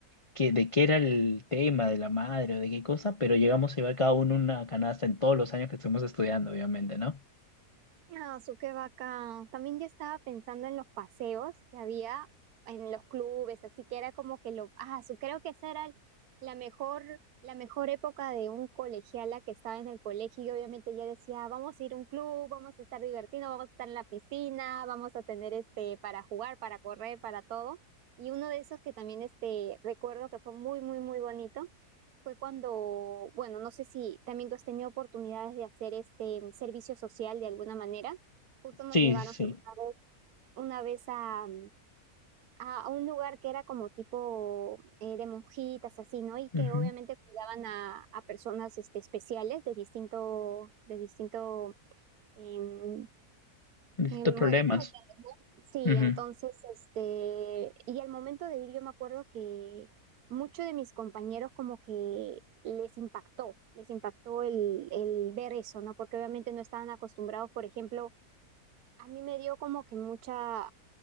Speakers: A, on the left; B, on the right.
A: que de qué era el tema, de la madre o de qué cosa, pero llegamos a llevar cada uno una canasta en todos los años que estuvimos estudiando, obviamente, ¿no?
B: Ah, su qué bacán. También yo estaba pensando en los paseos que había en los clubes, así que era como que lo, ah, su creo que esa era la mejor, la mejor época de un colegiala que estaba en el colegio y obviamente ya decía, vamos a ir a un club, vamos a estar divertidos, vamos a estar en la piscina, vamos a tener este para jugar, para correr, para todo. Y uno de esos que también este recuerdo que fue muy, muy, muy bonito fue cuando, bueno, no sé si también tú has tenido oportunidades de hacer este mm, servicio social de alguna manera. Justo nos
A: Sí,
B: llevaron
A: sí, sí.
B: una vez, una vez a, a a un lugar que era como tipo eh, de monjitas, así, ¿no? Y que
A: Ujú.
B: obviamente cuidaban a, a personas este, especiales de distinto, de distinto, em,
A: Distintos
B: em,
A: problemas.
B: bueno, tú me Sí,
A: Ujú.
B: entonces, este, y al momento de ir, yo me acuerdo que muchos de mis compañeros como que les impactó, les impactó el, el ver eso, ¿no? Porque obviamente no estaban acostumbrados, por ejemplo, a mí me dio como que mucha,